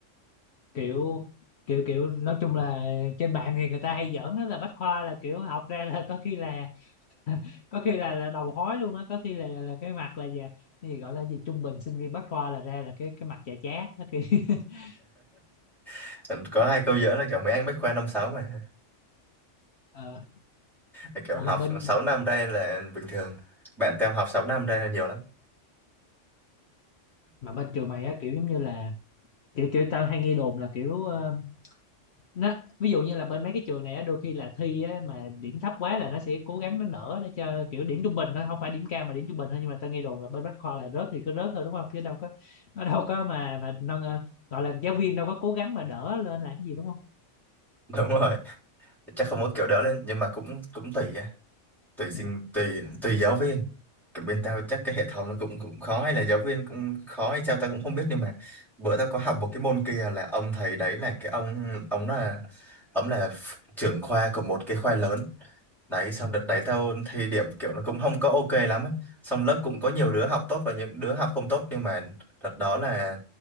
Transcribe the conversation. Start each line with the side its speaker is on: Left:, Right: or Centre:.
Left: kiểu kiểu kiểu nói chung là trên mạng thì người ta hay giỡn đó là bách khoa là kiểu học ra là có khi là <laughs> có khi là là đầu khói luôn á có khi là là cái mặt là gì cái gì gọi là gì trung bình sinh viên bách khoa là ra là cái cái mặt chà chát đó khi <laughs>
Centre: <laughs> có hai câu giữa là kiểu mấy anh bách khoa năm sáu mà
Left: ờ
Centre: Thì kiểu
Left: ủa
Centre: học
Left: mà bên
Centre: 6 năm đây là bình thường bạn theo học 6 năm đây là nhiều lắm
Left: mà bên trường mày á kiểu giống như là kiểu kiểu tao hay nghe đồn là kiểu ờ, nó ví dụ như là bên mấy cái trường này á, đôi khi là thi á, mà điểm thấp quá là nó sẽ cố gắng nó nở để cho kiểu điểm trung bình nó không phải điểm cao mà điểm trung bình thôi nhưng mà ta nghe đồn là bên Bách Khoa là rớt thì cứ rớt thôi đúng không chứ đâu có nó đâu có mà mà nâng ờ, gọi là giáo viên đâu có cố gắng mà đỡ lên làm gì đúng không
Centre: <laughs> đúng rồi chắc không có kiểu đỡ lên nhưng mà cũng cũng tùy tùy sinh
Left: Ừ.
Centre: tùy tùy giáo viên cái bên tao chắc cái hệ thống nó cũng cũng khó hay là giáo viên cũng khó hay sao tao cũng không biết nhưng mà bữa tao có học một cái môn kia là ông thầy đấy là cái ông ông là ông là ph- trưởng khoa của một cái khoa lớn đấy xong đợt đấy tao thi điểm kiểu nó cũng không có ok lắm á xong lớp cũng có nhiều đứa học tốt và những đứa học không tốt nhưng mà đợt đó là